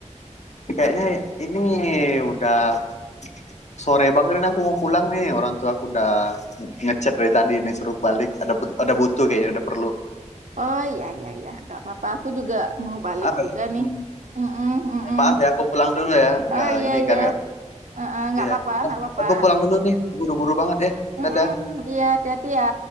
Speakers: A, on the left (about 65°); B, on the right (about 80°).
A: kayaknya ini udah sore bang, ini aku mau pulang nih orang tua aku udah ngechat dari tadi nih suruh balik ada bu- ada butuh kayaknya ada perlu
B: Oh iya iya iya, nggak apa-apa. Aku juga mau balik
A: ah
B: juga nih.
A: Hmm.
B: Mm-mm, mm-mm.
A: ya, maaf ya aku pulang dulu ya nggak
B: Oh iya
A: ini
B: iya,
A: kan nggak
B: Heeh, nggak
A: iya
B: apa-apa, nggak apa-apa.
A: aku pulang dulu nih buru-buru banget ya
B: Mm-mm,
A: dadah
B: Iya, hati-hati ya.